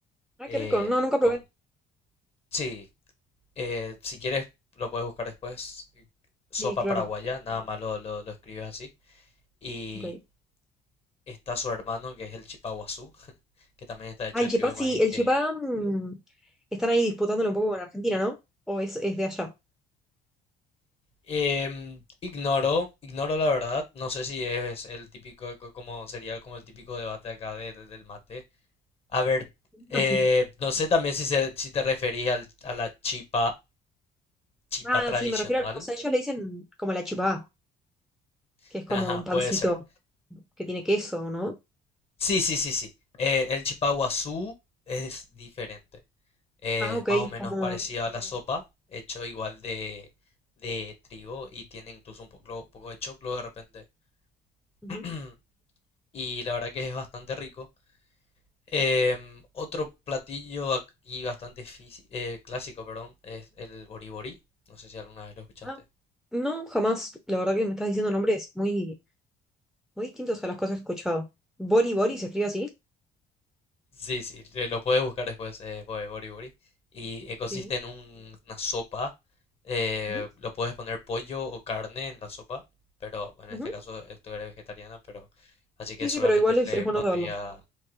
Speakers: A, in the centre; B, on the left.
A: Ah,
B: em,
A: qué rico, no, nunca probé.
B: con... Sí, Eh, si quieres, lo puedes buscar después. eh, Sopa
A: Sí, claro.
B: paraguaya, nada más lo, lo- lo escribes así. Y
A: Ok.
B: está su hermano, que es el chipaguazú, <laughs> que también está hecho
A: Ah, el
B: de
A: Chipá,
B: trigo de
A: sí,
B: maíz,
A: el
B: que...
A: Chipá mm, están ahí disputándolo un poco con Argentina, ¿no? ¿O es, es de allá?
B: em, ignoro, ignoro la verdad. No sé si es el típico, co- como sería como el típico debate acá de- de- del mate. A ver, eh,
A: Ah, sí.
B: no sé también si, se- si te referís al- a la chipa, chipa
A: Ah,
B: tradicional.
A: sí, me refiero al- O sea, ellos le dicen como la Chipá, que
B: <laughs>
A: es como
B: Ajá,
A: un
B: puede
A: pancito
B: ser.
A: que tiene queso, ¿no?
B: Sí, sí, sí, sí. Eh, el chipaguazú es diferente. Es
A: Ah, ok,
B: más o menos
A: como...
B: parecido a la sopa, hecho igual de, de trigo y tiene incluso un poco, poco de choclo de repente.
A: ujú.
B: <clears throat> Y la verdad que es bastante rico. Em, otro platillo aquí bastante fisi- eh, clásico, perdón, es el boriborí. No sé si alguna vez lo escuchaste.
A: Ah, no, jamás. La verdad que me estás diciendo nombres muy, muy distintos a las cosas que he escuchado. Bori Bori se escribe así.
B: Sí, sí, te lo puedes buscar después, eh, bo- Bori Bori. Y eh, consiste
A: Sí.
B: en un- una sopa. eh,
A: Ujú,
B: lo puedes poner pollo o carne en la sopa. Pero bueno,
A: ujú.
B: en este caso eh, tú eres vegetariana, pero así que
A: Sí,
B: solamente
A: sí, pero igual
B: le
A: es, es bueno
B: pondría.
A: saberlo.